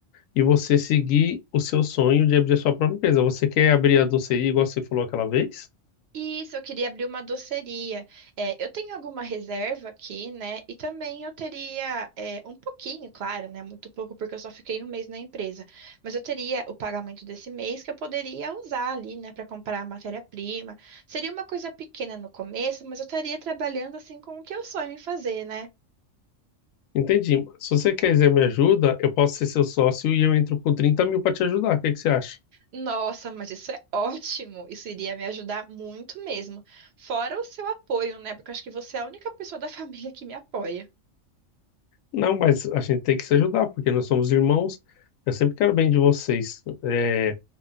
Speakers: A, on the left (about 80°); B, on the right (about 65°).
A: e você seguir o seu sonho de abrir a sua própria empresa. Você quer abrir a doceria igual você falou aquela vez?
B: Isso, eu queria abrir uma doceria. É, eu tenho alguma reserva aqui, né? E também eu teria é, um pouquinho, claro, né? Muito pouco, porque eu só fiquei um mês na empresa. Mas eu teria o pagamento desse mês que eu poderia usar ali, né? Para comprar matéria-prima. Seria uma coisa pequena no começo, mas eu estaria trabalhando assim com o que eu sonho em fazer, né?
A: Entendi. Se você quiser me ajuda, eu posso ser seu sócio e eu entro com 30 mil para te ajudar. O que que você acha?
B: Nossa, mas isso é ótimo! Isso iria me ajudar muito mesmo. Fora o seu apoio, né? Porque eu acho que você é a única pessoa da <laughs> família que me apoia.
A: Não, mas a gente tem que se ajudar, porque nós somos irmãos. Eu sempre quero bem de vocês. É,